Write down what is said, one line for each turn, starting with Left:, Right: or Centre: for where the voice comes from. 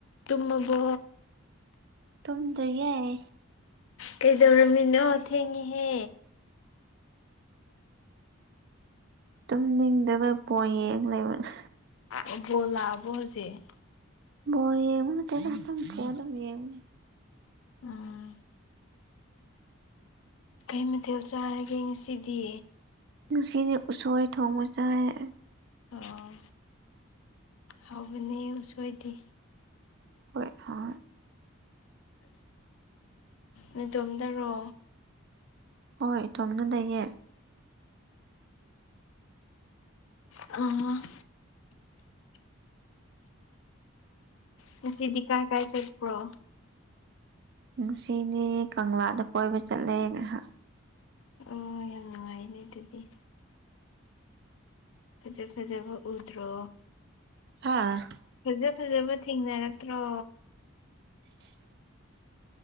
Left: ꯇꯨꯝꯃꯕꯣ
Right: ꯇꯨꯝꯗꯤꯌ‌ꯦ
Left: ꯀꯩꯗꯧꯔꯝꯃꯤꯅꯣ ꯊꯦꯡꯉꯤꯍꯦ
Right: ꯇꯨꯝꯅꯤꯡꯗꯕ ꯄꯣꯛꯑ‌ꯦ ꯂꯩꯕꯅꯦ
Left: ꯑ‌ꯦ ꯕꫭꯜ ꯂꯛꯑꯕꫭ ꯍꯧꯖꯤꯛ
Right: ꯕꫭꯜ ꯌ‌ꯦꯡꯕ ꯅꯠꯇ‌ꯦꯗꯥ ꯑꯗꯨꯝ ꯐꫭꯟꯗꯥ ꯑꯗꯨꯝ ꯌ‌ꯦꯡꯕꯅꯤ
Left: ꯎꯝ ꯀꯩ ꯃꯊꯦꯜ ꯆꯥꯔꯒꯦ ꯉꯁꯤꯗꯤ
Right: ꯉꯁꯤꯗꯤ ꯎꯁꯣꯏ ꯊꯣꯡꯕ ꯆꯥꯏꯦ
Left: ꯑꯣ ꯍꯕꯅꯦ ꯎꯁꯣꯏꯗꯦ
Right: ꯍꯣꯏ ꯍ
Left: ꯅꯗꯣꯝꯗꯔꯣ
Right: ꯍꯣꯏ ꯇꯣꯝꯅ ꯂꯩꯌꯦ
Left: ꯑ ꯉꯁꯤꯗꯤ ꯀꯥꯏ ꯀꯥꯏ ꯆꯠꯄ꯭ꯔꯣ
Right: ꯉꯁꯤꯗꯤ ꯀꯪꯂꯥꯗ ꯀꯣꯏꯕ ꯆꯠꯂꯦ ꯉꯥꯏꯍꯥꯛ
Left: ꯎꯝ ꯌꯥꯝ ꯅꯨꯡꯉꯥꯏꯅꯦ ꯑꯗꯨꯗꯤ ꯐꯖ ꯐꯖꯕ ꯎꯗ꯭ꯔꯣ
Right: ꯍꯥꯥ
Left: ꯐꯖ ꯐꯖꯕ ꯊꯦꯡꯅꯔꯛꯇ꯭ꯔꯣ
Right: <unintelligible>